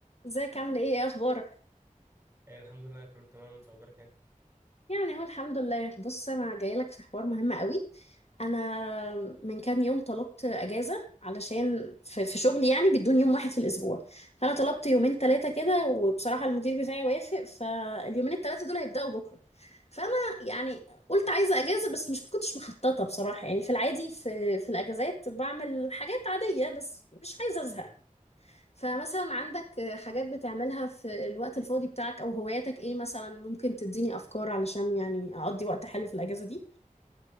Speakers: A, on the left; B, on the right.
A: ازيك عامل ايه ايه اخبارك
B: إيه الحمد لله كله تمام انت اخبارك ايه
A: يعني اهو الحمد لله بص انا جايه لك في حوار مهم قوي انا من كام يوم طلبت اجازه علشان في, في شغلي يعني بدون يوم واحد في الاسبوع فانا طلبت يومين ثلاثه كده وبصراحه المدير بتاعي وافق فاليومين الثلاثه دول هيبداوا بكره فانا يعني قلت عايزه اجازه بس مش كنتش مخططه بصراحه يعني في العادي في في الاجازات بعمل حاجات عاديه بس مش عايزه ازهق
B: مم.
A: فمثلا عندك حاجات بتعملها في الوقت الفاضي بتاعك او هواياتك ايه مثلا ممكن تديني افكار علشان يعني اقضي وقت حلو في الاجازة دي